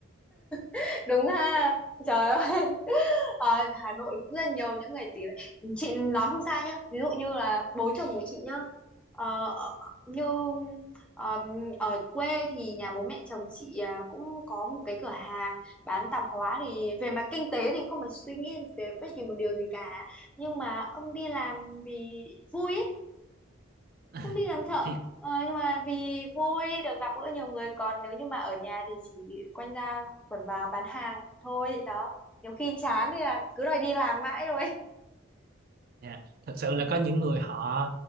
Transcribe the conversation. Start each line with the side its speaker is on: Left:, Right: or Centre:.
Centre: <laughs> đúng ha trời ơi Ờ, Hà Nội cũng rất nhiều những người tiếng chị nói không sai nhá ví dụ như là bố chồng của chị nhá ờ, ở- như ờm, ở quê thì nhà bố mẹ chồng chị à, cũng có một cái cửa hàng bán tạp hóa thì về mặt kinh tế thì không phải suy nghĩ về bất kỳ một điều gì cả nhưng mà ông đi làm vì vui ý
Right: À,
Centre: không đi làm thợ
Right: thì
Centre: ờ, nhưng mà vì vui được gặp gỡ nhiều người còn nếu như mà ở nhà thì chỉ quanh ra quẩn vào bán hàng thôi đó nhiều khi chán thì là cứ đòi đi làm mãi rồi
Right: Dạ, Thật sự
Centre: ừ.
Right: là có những người họ